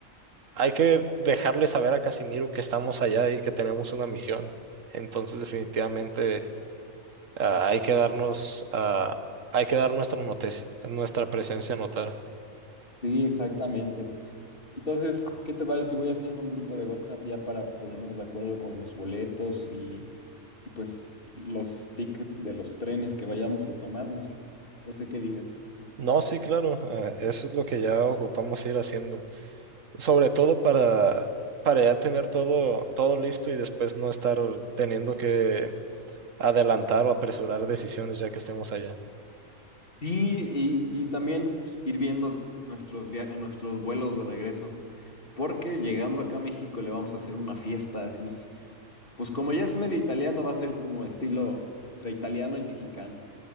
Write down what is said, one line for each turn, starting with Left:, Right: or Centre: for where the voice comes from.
Right: hay que dejarle saber a Casimiro que estamos allá y que tenemos una misión. Entonces, definitivamente, ah, hay que darnos, ah, hay que dar nuestra notes- nuestra presencia a notar.
Left: Sí, exactamente. Entonces, ¿qué te parece si voy haciendo un grupo de WhatsApp ya para ponernos de acuerdo con los boletos y, y pues los tickets de los trenes que vayamos a tomar? No sé, no sé qué digas.
Right: No, sí, claro, ah, eso es lo que ya ocupamos ir haciendo. Sobre todo para, para ya tener todo, todo listo y después no estar teniendo que adelantar o apresurar decisiones ya que estemos allá.
Left: Sí, y, y también ir viendo nuestros via- eh, nuestros vuelos de regreso, porque llegando acá a México le vamos a hacer una fiesta así. Pues como ya es medio italiano, va a ser como estilo entre italiano y mexicano.